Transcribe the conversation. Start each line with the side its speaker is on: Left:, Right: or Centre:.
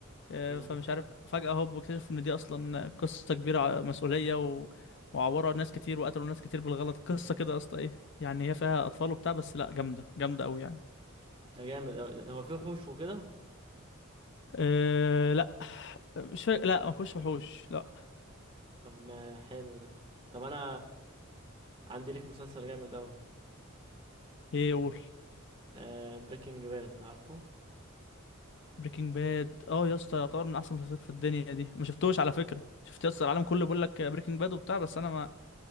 Left: آه،
Right: امم
Left: فمش عارف فجاه هوب اكتشف ان دي اصلا قصه كبيره ع- مسؤوليه و... وعوروا ناس كتير وقتلوا ناس كتير بالغلط قصه كده يا اسطى ايه يعني هي فيها اطفال وبتاع بس لا جامده جامده قوي يعني
Right: ده جامد أوي ده- هو فيه وحوش وكده
Left: أه لا مش فا... لا ما فيهوش وحوش لا
Right: طب ما حلو ده طب انا عندي ليك مسلسل جامد أوي
Left: ايه قول
Right: آه بريكنج باد عارفه
Left: بريكنج باد اه يا اسطى يعتبر من احسن المسلسلات في الدنيا دي ما شفتوش على فكره شفت يا اسطى العالم كله بيقول لك بريكنج باد وبتاع بس انا